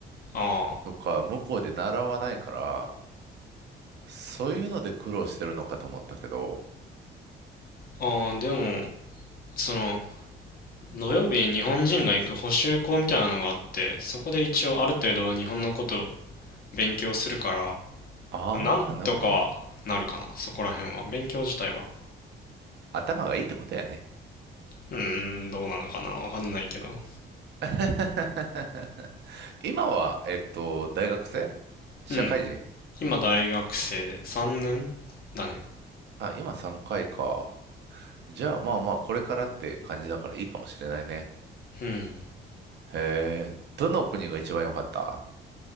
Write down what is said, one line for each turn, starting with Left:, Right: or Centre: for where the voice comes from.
Left: あ
Right: とか向こうで習わないから、そういうので苦労してるのかと思ったけど、
Left: ーああ、でも、その、土曜日に日本人が行く補習校みたいなのがあって、そこで一応ある程度は日本のことを勉強するか
Right: ああ、
Left: ら、なんとかなるかな、
Right: なるほど。
Left: そこら辺は。勉強自体は。
Right: 頭がいいってことやね。
Left: うーん、どうなのかな、わかんないけど。
Right: <laughs> 今は、えっと、大学生社会人
Left: うん。今大学生で3年だね。
Right: あ、今3回かいか。じゃあまあまあ、これからって感じだからいいかもしれないね。
Left: うん。
Right: へえ、どの国が一番良かった